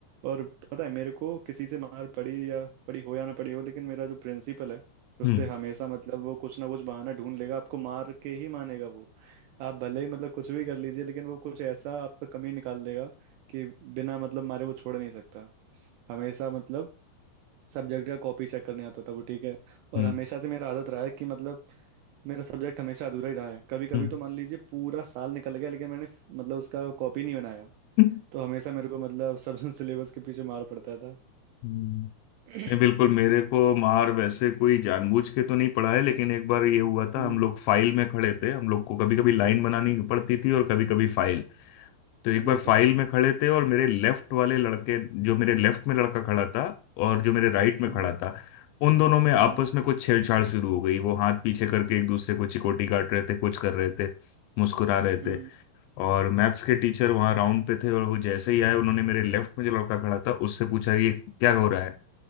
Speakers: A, on the right; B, on the left.
A: और पता है मेरे को किसी से मार पड़ी या पड़ी हो या ना पड़ी हो लेकिन मेरा जो प्रिंसिपल है उससे
B: हम्म
A: हमेशा मतलब वो कुछ ना कुछ बहाना ढूंढ लेगा आपको मार के ही मानेगा वो आप भले ही मतलब कुछ भी कर लीजिए लेकिन वो कुछ ऐसा आपका कमी निकाल देगा कि बिना मतलब मारे वो छोड़ नहीं सकता हमेशा मतलब सब्जेक्ट का कॉपी चेक करने आता था वो ठीक है और
B: हम्म
A: हमेशा से मेरा आदत रहा है कि मतलब मेरा सब्जेक्ट हमेशा अधूरा ही रहा है कभी कभी
B: हम्म
A: तो मान लीजिए पूरा साल निकल गया लेकिन मैंने मतलब उसका कॉपी नहीं बनाया
B: <laughs> हम्म।
A: तो हमेशा मेरे को मतलब सब <laughs> सिलेबस के पीछे मार पड़ता था
B: हम्म।
A: <clears throat>
B: नहीं बिल्कुल मेरे को मार वैसे कोई जानबूझ के तो नहीं पड़ा है लेकिन एक बार ये हुआ था
A: हम्म
B: हम लोग फाइल में खड़े थे हम लोग को कभी कभी लाइन बनानी पड़ती थी और कभी कभी फाइल तो एक बार
A: ओके
B: फाइल में खड़े थे और मेरे लेफ्ट वाले लड़के जो मेरे लेफ्ट में लड़का खड़ा था और जो मेरे राइट में
A: हम्म
B: खड़ा था उन दोनों में आपस
A: हम्म
B: में कुछ छेड़छाड़ शुरू हो गई वो हाथ पीछे करके एक दूसरे को चिकोटी काट रहे थे कुछ कर रहे थे मुस्कुरा रहे
A: हम्म
B: थे और मैथ्स के टीचर वहां राउंड पे थे और वो जैसे ही आए उन्होंने मेरे लेफ्ट में जो लड़का खड़ा था उससे पूछा कि ये क्या हो रहा है